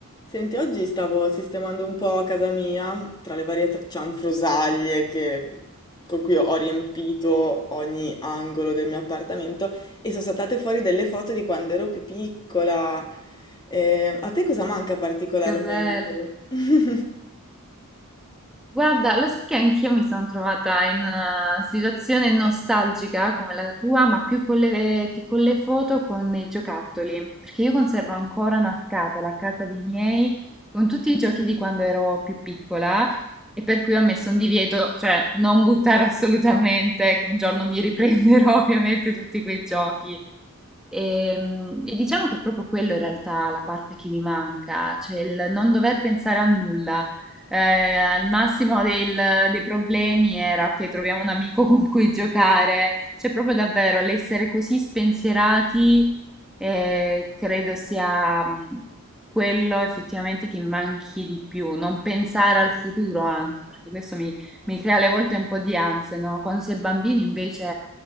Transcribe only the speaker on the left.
Senti, oggi stavo sistemando un po' a casa mia, tra le varie tra- cianfrusaglie che- con cui ho riempito ogni angolo del mio appartamento e sono saltate fuori delle foto di quando ero più piccola. Eh, a te cosa manca particolarmente?
<laughs>